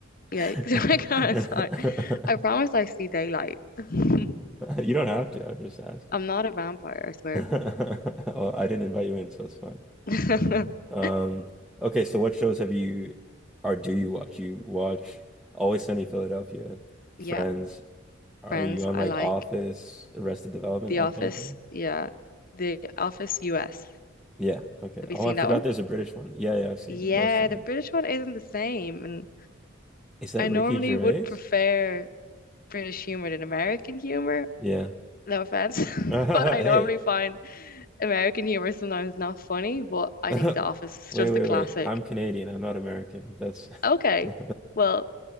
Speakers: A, on the left; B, in the centre.
A: Yeah,
B: <laughs>
A: <laughs> 'cause when I go outside, I promise I see daylight. <laughs>
B: You don't have to. I'm just asking.
A: I'm not a vampire, I swear.
B: <laughs> Oh, I didn't invite you in, so it's fine.
A: <laughs>
B: Um, okay, so what shows have you or do you watch? You watch Always Sunny in Philadelphia, Friends.
A: Yeah,
B: Are
A: Friends,
B: you on
A: I
B: like
A: like.
B: Office, Arrested Development,
A: The
B: that
A: Office,
B: kind of thing?
A: yeah. The Office US.
B: Yeah, okay.
A: Have
B: Oh,
A: you seen
B: I forgot
A: that one?
B: there's a British one. Yeah, yeah, I've seen
A: Yeah,
B: most of
A: the
B: it.
A: British one isn't the same. And
B: Is that
A: I
B: Ricky
A: normally
B: Gervais?
A: would prefer British humor than American humor.
B: Yeah.
A: No offense, <laughs>
B: <laughs>
A: but I normally
B: Hey,
A: find American humor sometimes not funny, but
B: <laughs>
A: I
B: Wait,
A: think The Office is just
B: wait,
A: a classic.
B: wait. I'm Canadian. I'm not American. That's
A: Okay,
B: <laughs> No,
A: well,